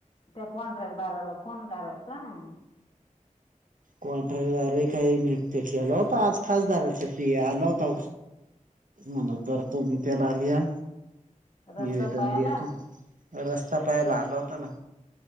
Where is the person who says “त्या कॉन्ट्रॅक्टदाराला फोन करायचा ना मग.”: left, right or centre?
Left